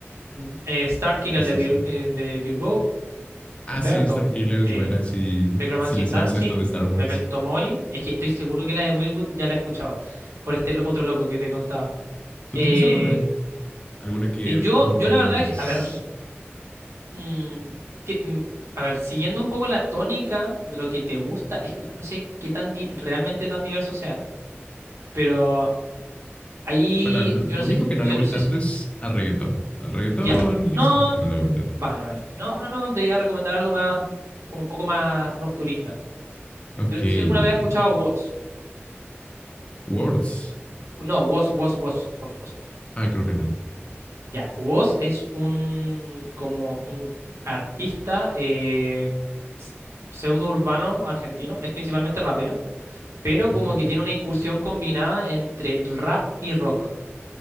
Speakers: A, on the right; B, on the left.
A: Mm, Eh, Star Killer
B: Sí, sí,
A: de, Bir-
B: sí.
A: eh, de Beer
B: Ah,
A: Bear
B: sí, Star
A: Goat,
B: Killer es
A: eh,
B: buena si,
A: Necromancy
B: si le sabes
A: Dancing,
B: a esta de Star Wars.
A: Memento Mori. Es que estoy seguro que la de Wilwood ya la he escuchado por este lo- otro loco que te contaba.
B: ¿Tú
A: Eh,
B: tienes alguna? ¿Alguna que
A: y yo,
B: recomiendes?
A: yo la verdad es que, a ver, mm, que- mm, a ver, siguiendo un poco la tónica de lo que te gusta, es que no sé qué tan di- realmente tan diverso sea, pero ahí
B: Bueno, lo
A: yo no sé
B: único
A: si,
B: que
A: yo
B: no le voy
A: no sé
B: tanto
A: si,
B: es al reggaetón. Al reggaetón
A: ya,
B: y
A: no,
B: eso no le voy tanto.
A: vale, vale, no, no, no, te voy a recomendar algo más, como un poco más rupturista.
B: Ok,
A: Yo no sé si alguna
B: ok.
A: vez has escuchado a Watts.
B: Words.
A: No, was was was was was Was.
B: Ah, creo que no.
A: Ya, was es un como un artista eh, pseudo urbano argentino, es principalmente rapero, pero
B: Ok,
A: como que tiene una incursión combinada entre el rap y rock.